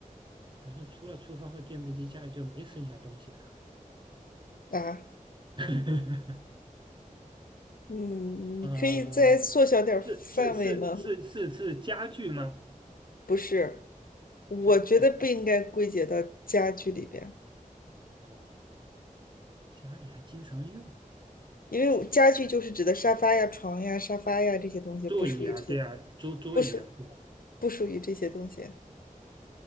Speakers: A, on the right; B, on the left.
A: 好像除了厨房和电视机，家里就没剩下东西了。
B: 啊，
A: <laughs> 呵呵
B: 嗯，
A: 呵啊，
B: 你可以再缩小点儿范围吗？
A: 是是是是是是家具吗？
B: 不是，我觉得不应该归结到家具里边，
A: 家具哦，家里还经常用
B: 因为我家具就是指的沙发呀、床呀、沙发呀这些东西，
A: 座椅啊，
B: 不属于这些，
A: 对啊，桌桌椅啊，
B: 不属
A: 对吧？
B: 不属于这些东西。